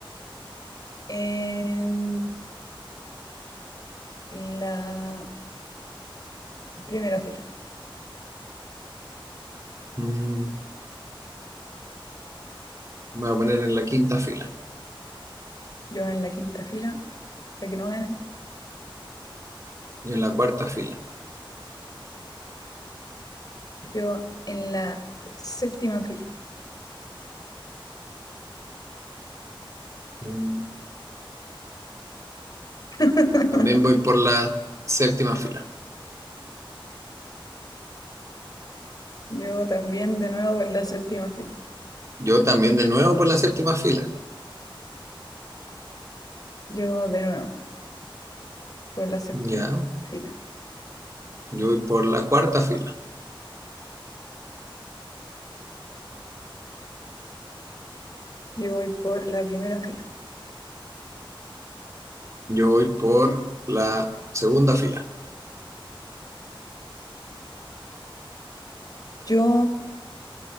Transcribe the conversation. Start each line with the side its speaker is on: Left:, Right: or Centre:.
Left: En la primera fila.
Right: Mm, me voy a poner en la quinta fila.
Left: Yo en la quinta fila, de que no gane.
Right: Yo en la cuarta fila.
Left: Yo en la séptima fila.
Right: Mm,
Left: <laughs>
Right: también voy por la séptima fila.
Left: Yo también de nuevo por la séptima fila.
Right: Yo también de nuevo por la séptima fila.
Left: Yo de nuevo por la séptima
Right: Ya.
Left: fila.
Right: Yo voy por la cuarta fila.
Left: Yo voy por la primera fila.
Right: Yo voy por la segunda fila.
Left: Yo